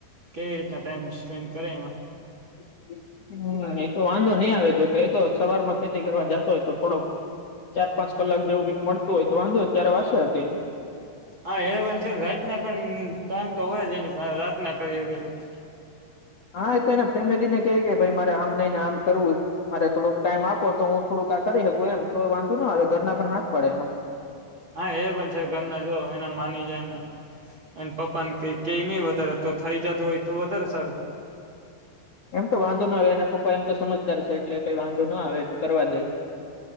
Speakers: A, on the right; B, on the left.
A: કેવી રીતના ટાઈમ સ્પેન્ડ કરે એમાં.
B: <inaudible> હ એતો વાંધો નહી આવે જો કે એતો સવાર માં ખેતી કરવા જતો હોય તો થોડોક ચાર પાંચ કલાક જેવું કંઈક મળતું હોય તો વાંધો ત્યારે વાસે હતી.
A: હા એ પણ છે રાતના પણ ટાઈમ તો હોય જ એની પાહે રાતના કરી એ <unintelligible>
B: હા એ તો એને ફેમિલીને કેય કે ભાઈ મા રે આમ નઈ ને આમ કરવું મારે થોડોક ટાઈમ આપો તો હું થોડુંક આ કરી શકું એમ તો વાંધો ના હવે ઘરના પણ હા જ પડે એમાં.
A: હા એ પણ છે ઘરના જો એના માની જાય ને. એ પપ્પા ને કઈ કઈ નહિ વધારે તો થઈ જતું હોય તો વધારે સારું.
B: એમ તો વાંધો ના આવે અને પપ્પા એમ તો સમજદાર છે એટલે કઈ વાંધો ના આવે તો કરવા દે.